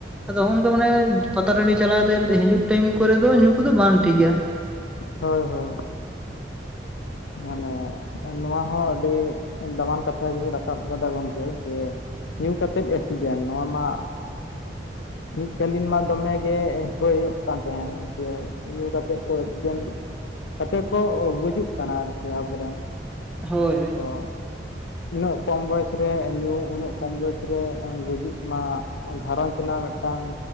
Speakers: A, in the centre; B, on the left (about 80°).
A: ᱟᱫᱚ ᱱᱚᱜ-ᱚᱭ ᱱᱚᱝᱠᱟ ᱢᱟᱱᱮ ᱯᱟᱛᱟ ᱴᱟᱺᱰᱤ ᱪᱟᱞᱟᱣ ᱠᱟᱛᱮ ᱦᱤᱡᱩᱜ ᱴᱟᱭᱤᱢ ᱠᱚᱨᱮ ᱫᱚ ᱧᱩ ᱠᱚᱫᱚ ᱵᱟᱝ ᱴᱷᱤᱠᱟ᱾
B: ᱦᱳᱭ ᱦᱳᱭ, ᱢᱟᱱᱮ ᱱᱚᱣᱟ ᱦᱚᱸ ᱟᱹᱰᱤ ᱫᱟᱢᱟᱱ ᱠᱟᱛᱷᱟ ᱜᱤᱵᱤᱱ ᱨᱟᱠᱟᱵ ᱠᱟᱫᱟ ᱜᱚᱝᱠᱮ ᱡᱮ, ᱧᱩ ᱠᱟᱛᱮᱫ ᱮᱠᱥᱤᱰᱮᱱᱴ ᱱᱚᱣᱟ ᱢᱟ, ᱢᱤᱫ ᱠᱟᱹᱞᱤᱱ ᱢᱟ ᱫᱚᱢᱮ ᱜᱮ ᱦᱩᱭᱩᱜ ᱠᱟᱱ ᱛᱟᱸᱦᱮᱱ ᱡᱮ ᱧᱩ ᱠᱟᱛᱮᱫ ᱠᱚ ᱮᱠᱥᱤᱰᱮᱱᱴᱼᱼ ᱠᱟᱛᱮ ᱠᱚ ᱜᱩᱡᱩᱜ ᱠᱟᱱᱟ ᱟᱨᱠᱤ ᱟᱵᱚᱨᱮᱱ,
A: ᱦᱳᱭ ᱦᱳᱭ,
B: ᱚ ᱛᱤᱱᱟᱹᱜ ᱠᱚᱢ ᱵᱚᱭᱚᱥ ᱨᱮ ᱧᱩ ᱩᱱᱟᱹᱜ ᱠᱚᱢ ᱵᱚᱭᱟᱥ ᱨᱮ ᱜᱩᱡᱩᱜ ᱢᱟ᱾ ᱜᱷᱟᱨᱚᱸᱡᱽ ᱨᱮᱱᱟᱜ ᱢᱤᱫᱴᱟᱝ